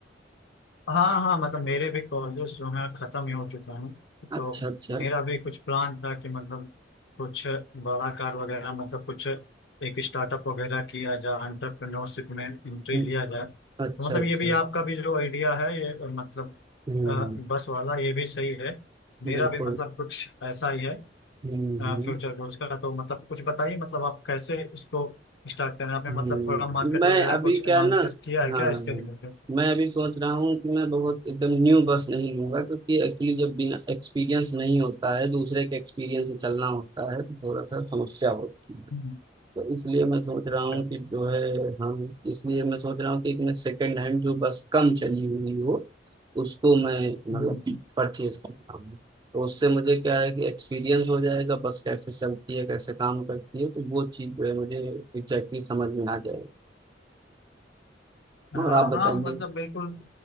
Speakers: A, on the left; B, on the right.
A: हाँ हाँ मतलब मेरे भी कॉलेज जो हैं खत्म ही हो चुके हैं
B: अच्छा
A: तो
B: अच्छा
A: मेरा भी कुछ प्लान था कि मतलब कुछ बड़ा कार वगैरह मतलब कुछ एक स्टार्टअप वगैरह किया जाए एंटरप्रेन्योरशिप में एंट्री
B: हम्म,
A: लिया जाए तो
B: अच्छा
A: मतलब
B: अच्छा
A: ये भी आपका भी जो आइडिया है ये मतलब
B: हम्म
A: अ, बस वाला ये भी सही है मेरा
B: बिल्कुल
A: भी मतलब कुछ ऐसा ही है
B: हम्म,
A: फ्यूचर
B: हम्म।
A: गोल्स का तो मतलब कुछ बताइए मतलब आप कैसे इसको स्टार्ट कर रहे हैं आपने
B: हम्म।
A: मतलब थोड़ा मार्केट
B: मैं
A: वगैरह
B: अभी
A: कुछ
B: क्या
A: एनालिसिस
B: ना
A: किया है क्या
B: हाँ
A: इसके रिलेटेड
B: मैं अभी सोच रहा हूँ कि मैं बहुत एकदम न्यू बस नहीं लूंगा क्योंकि एक्चुअली जब बिना एक्सपीरियंस नहीं होता है दूसरे के एक्सपीरियंस से चलना होता है तो थोड़ा सा समस्या होती है
A: हम्म,
B: तो इसलिए मैं सोच
A: अच्छा
B: रहा हूँ कि जो है हम इसलिए मैं सोच रहा हूँ कि एक मैं सेकंड हैंड जो बस कम चली हुई हो उसको मैं मतलब
A: हम्म,
B: परचेज करता हूँ तो उससे मुझे क्या है कि एक्सपीरियंस हो जाएगा बस कैसे चलती है कैसे काम करती है तो वो चीज़ जो है मुझे एग्जैक्टली समझ में आ जाएगी
A: हाँ
B: और आप बताइए
A: हाँ मतलब बिल्कुल